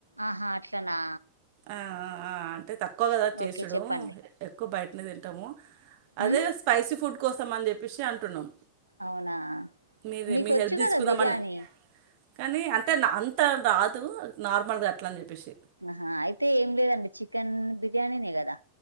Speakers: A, on the right (about 85°); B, on the right (about 45°).
A: ఆహా అట్లనా
B: ఆ ఆ ఆ ఆ అంటే తక్ క్కువ కదా చేసుడు
A: ఓకే చెప్పండి
B: ఎక్కువ బైట్ న్ని తింటము అదే
A: ఉమ్,
B: స్పైసి ఫుడ్ కోసం అన్ చెప్పేశి అంటున్నాం
A: అవునా
B: మీది
A: మీకు
B: మీ
A: వచ్చు
B: హెల్ప్ తీసుకుందామని.
A: కదా బిర్యానీ
B: కానీ అంటే అంత రాదు నార్మల్గా ట్లన్ చెప్పేశి
A: ఆహా అయితే ఏం లేదండి చికెన్ బిర్యానీనే కదా